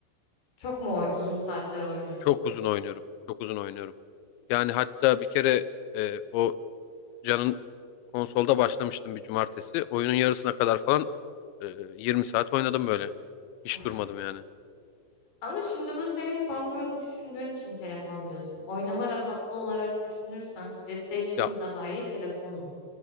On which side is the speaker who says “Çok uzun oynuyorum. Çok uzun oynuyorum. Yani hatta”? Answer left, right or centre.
Left